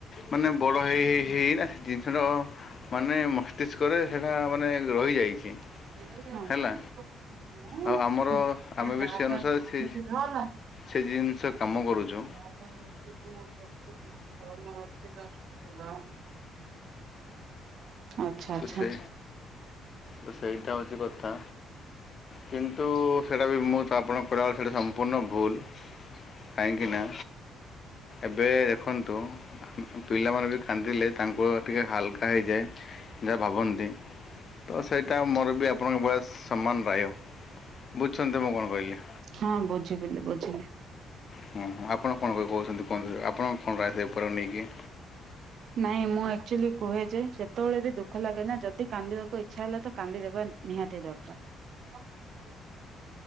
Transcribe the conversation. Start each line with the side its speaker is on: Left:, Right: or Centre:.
Left: ମାନେ ବଡ଼ ହେଇ ହେଇ ହେଇନା ସେ ଜିନିଷଟ କ ମାନେ ମଷ୍ଟ ପ୍ରକ୍ଟିସ୍ କରେ ସେଇଟା ମାନେ ରହିଯାଇଛି।
Right: <unintelligible>
Left: ହେଲା ଆଉ ଆମର ଆମେ ବି ସେ ଅନୁସାରେ ସେ ସେ ଜିନିଷ କାମ କରୁଛୁ
Right: ନାପ <unintelligible> ସବୁର ଥିଲା <unintelligible> ଆଚ୍ଛା
Left: ତ
Right: ଆଚ୍ଛା।
Left: ସେ ତ ସେଇଟା ହେଉଛି କଥା କିନ୍ତୁ ସେଇଟା ବି ମୁଁ ତ ଆପଣଙ୍କ କରିବା ସେଇଟା ସମ୍ପୂର୍ଣ୍ଣ ଭୁଲ କାହିଁକିନା ଏବେ ଦେଖନ୍ ତୁ ପିଲାମାନେ ବି କାନ୍ଦିଲେ ତାଙ୍କୁ ଟିକେ ହାଲକା ହେଇଯାଏ। ଯାହା ଭାବନ୍ତି ତ ସେଇଟା ମୋର ବି ଆପଣଙ୍କ ବୟସ ସମାନ ନ ବୁଝୁଚନ୍ତି ମୁଁ କଣ କହିଲି?
Right: ହଁ ବୁଝିପିଲି ବୁଝିଲି।
Left: ହଁ ହଁ ଆପଣ କଣ କ କହୁଛନ୍ତି କୁହନ୍ତୁ ଆପଣଙ୍କ କଣ ରାୟ ଥାଏ ଉପରେ ନେଇକି?
Right: ନାଇଁ ମୁଁ ଆଚୁଆଲି କୁହେ ଯେ ସେତେବେଳେ ବି ଦୁଃଖ ଲାଗେ ନା ଯଦି କାନ୍ଦିବାକୁ ଇଚ୍ଛା ହେଲା ତ କାନ୍ଦିଦେବା ନିହାତି ଦରକାର। <unintelligible>